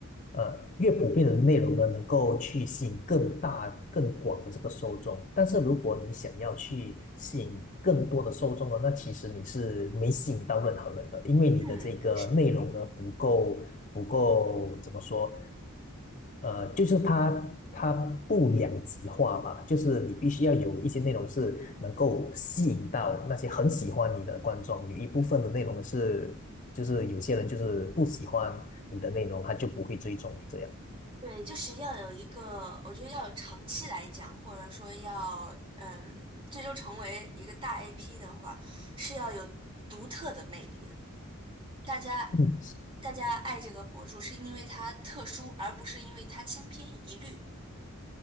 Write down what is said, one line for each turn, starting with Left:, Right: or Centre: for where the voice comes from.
Left: 呃越普遍的内容呢，能够去吸引更大、更广的这个受众。但是如果你想要去吸引更多的受众呢，那其实你是没吸引到任何人的，因为你的这个内容呢不够不够怎么说？
Right: 嗯，是。
Left: 呃，就是它它不两极化吧，就是你必须要有一些内容是能够吸引到那些很喜欢你的观众，有一部分的内容是就是有些人就是不喜欢你的内容，他就不会追踪你这样。
Right: 对，就是要有一个，我觉得要有长期来讲，或者说要，嗯，最终成为一个大 IP 的话，是要有独特的魅力的。大家，
Left: 嗯，
Right: 大家爱这个博主是因为他特殊，而不是因为他千篇一律。